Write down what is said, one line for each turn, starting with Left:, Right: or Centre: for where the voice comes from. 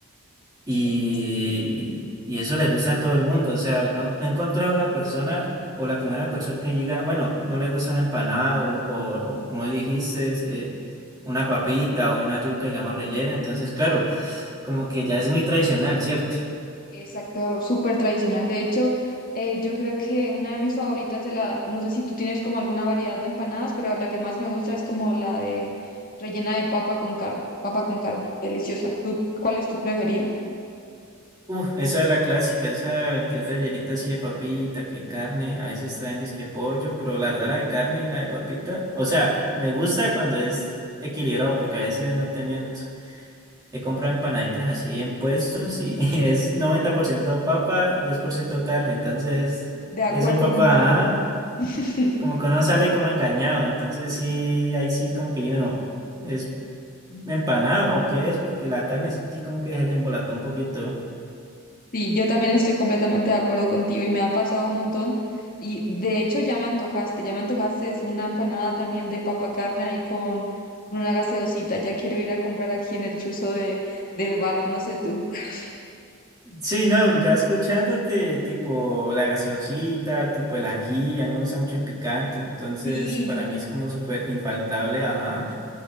Right: Y,
Left: Eh, Sí.
Right: y- eso le gusta a todo el mundo. O sea, no, no he encontrado la persona o la primera persona que diga, bueno, no le gusta una empanada o, o- o como dijiste, es, eh, una papita o una yuca, digamos, rellena. Entonces, claro, como que ya es muy tradicional, ¿cierto?
Left: Exacto, súper tradicional. De hecho, eh, yo creo que una de mis favoritas de la, no sé si tú tienes como alguna variedad de empanadas, pero la que más me gusta es como la de rellena de papa con carne, papa con carne, deliciosa. ¿Tú, cuál es tu preferida?
Right: Uf, esa es la clásica, esa que es rellenita así de papita, que carne, a veces traen disque pollo, pero la verdad la de carne y la de papita, o sea, me gusta cuando es equilibrado porque a veces no te miento. He comprado empanaditas así en puestos y <laughs> es 90% papa, 10% carne, entonces
Left: De acuerdo
Right: es un poco,
Left: contigo.
Right: ajá,
Left: <laughs>
Right: como que uno sale como engañado, entonces sí, ahí sí como que yo no, ¿es empanado o qué es? Porque la carne sí como que se le embolató un poquito.
Left: Sí, yo también estoy completamente de acuerdo contigo y me ha pasado un montón. Y de hecho ya me antojaste, ya me antojaste es una empanada también de papa carne ahí con, con una gaseosita. Ya quiero ir a comprar aquí en el chuzo de, del barrio, no sé tú. <laughs>
Right: Sí, no, ya escuchándote, tipo la gaseosita, tipo el ají, a mí me gusta mucho el picante, entonces
Left: Sí.
Right: para mí es como súper infaltable, ajá,